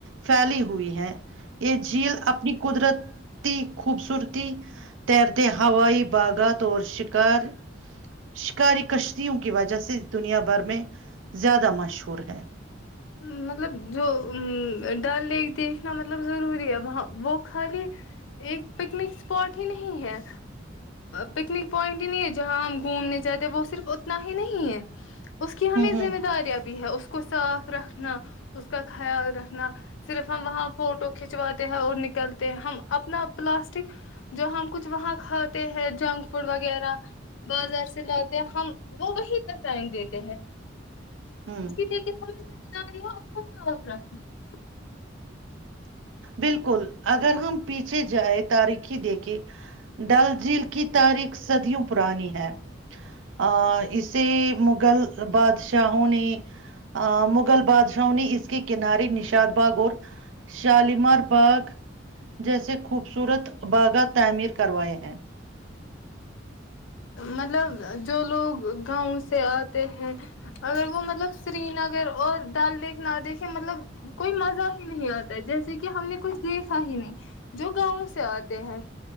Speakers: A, on the right; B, on the left.
A: پھیلی ہوئی ہے یہ <unintelligible> یہ جھیل اپنی قدرت <unintelligible> خوبصورتی تیر <unintelligible> ہوائی باغات اور شار شکاری کشتیوں کی وجہ سے دنیا بھر میں زیادہ مشہور ہے <unintelligible>
B: مطلب جو ڈل لیک دیکھنا مطلب ضروری ہے وہاں وہ خالی ایک پکنک اسپاٹ ہی نہیں ہے پکنک پوائنٹ ہی نہیں ہے جہاں ہم گھومنے جاتے وہ صرف اتنا ہی نہیں ہے اس کی ہمیں
A: ہوں ہوں
B: ذمہ داریاں بھی ہے اس کو صاف رکھنا اس کا خیال رکھنا صرف ہم وہاں فوٹو کھنچواتے ہیں اور نکلتے ہیں ہم اپنا پلاسٹک جو ہم کچھ وہاں کھاتے ہیں جنک فوڈ وغیرہ بازار سے لاتے ہیں ہم وہ وہی پہچائ دیتے ہیں
A: ہوں <unintelligible>
B: دیک کے سمج ج <inaudible> کر اپ کو صاف رکھنا <unintelligible>
A: بالکل اگر ہم پیچھے جائے تاریخی دیکھے ڈل جھیل کی تاریخ صدیوں پرانی ہے ا اسے مغل بادشاہوں نے مغل بادشاہوں نے اس کے کنارے نشاد باغ اور <unintelligible> شالیمار باغ جیسے خوبصورت باغا تعمیر کروائے ہیں <unintelligible>
B: مطلب جو لوگ گاؤں سے آتے ہیں اگر وہ مطلب سری نگر اور ڈل لیک نہ دیکھے مطلب کوئی مزہ ہی نہیں آتا ہے جیسے کہ ہم نے کچھ دیکھا ہی نہیں جو گاؤں سے آتے ہیں <unintelligible>